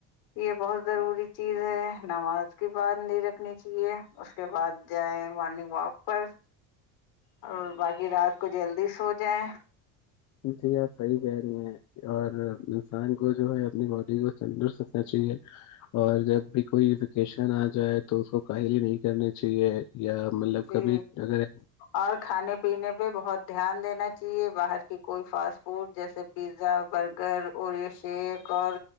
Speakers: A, on the left; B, on the left.
A: یہ بہت ضروری ت چیز ہے نماز کی بات نہیں رکھنی چاہیے اس کے بعد جائ مارگ وک پر ہاں باقی رات کوھ جلدی سو جائیں
B: جی آپ صحیح کہہ رہی ہیں اور انسان کو جو ہے اپنی باڈی کو تندرست رکھنا چاہیے اور جب بھی کوئی ایوکیشن آ جائے تو اس کو کاہلی نہیں کرنی چاہیے یا مطلب
A: جی
B: کبھی اگر
A: اور کھانے پینے پہ بہت دھیان دینا چاہیے باہر کہ کوئی فاس فوڈ جیسے پیزا برگر اوریو شیک اور